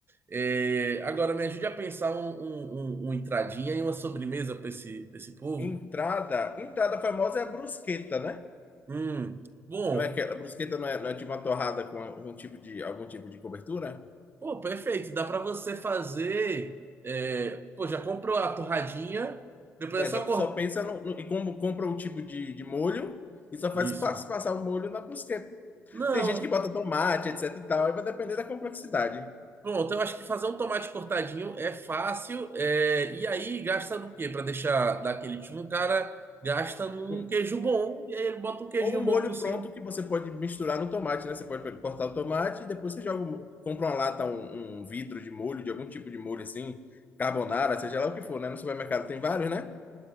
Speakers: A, on the right; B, on the left.
A: É, agora me ajude a pensar um, um, um- uma entradinha e uma sobremesa pra esse, pra esse povo.
B: Entrada. Entrada famosa é a brusqueta, né?
A: Hum, bom,
B: Não é que a brusqueta não é, não é tipo uma torrada com algum tipo de, algum tipo de cobertura?
A: pô, perfeito. Dá pra você fazer. é, pô, já comprou a torradinha, depois
B: É,
A: é só
B: exato.
A: cortar.
B: só pensa no, no- e como compra o tipo de, de molho e só faz
A: Isso.
B: pas- passar o molho na brusqueta.
A: Não.
B: Tem gente que bota tomate, etc e tal, aí vai depender da complexidade.
A: Pronto, eu acho que fazer um tomate cortadinho é fácil. é, E aí gasta no quê? para deixar daquele tipo, um cara gasta num
B: Hum.
A: queijo bom e aí ele bota um queijinho
B: Ou um
A: bom
B: molho
A: por cima.
B: pronto que você pode misturar no tomate, né? Você pode pe- cortar o tomate e depois você joga, o mo- compra uma lata, um, um vidro de molho, de algum tipo de molho assim, carbonara, seja lá o que for, né? No supermercado tem vários, né?